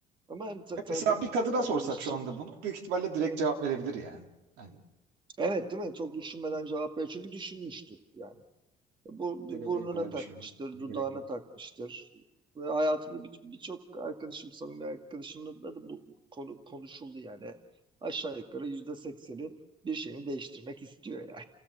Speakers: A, on the right; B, on the right.
A: Ama hani ta-
B: Ya
A: tanıdığım
B: Mesela bir kadına
A: bir
B: sorsak
A: arkadaşım
B: şu anda bunu büyük ihtimalle direkt cevap verebilir yani. Hani
A: evet değil mi? Çok düşünmeden cevap veriyor. Çünkü düşünmüştür yani. Bu
B: senin
A: burnuna
B: benim kadar
A: takmıştır,
B: düşünmene
A: dudağına
B: gerek yok.
A: takmıştır. Ve hayatımda bir- birçok arkadaşım, samimi arkadaşımla da, da bu konu konuşuldu yani. Aşağı yukarı yüzde sekseni bir şeyini değiştirmek istiyor yani.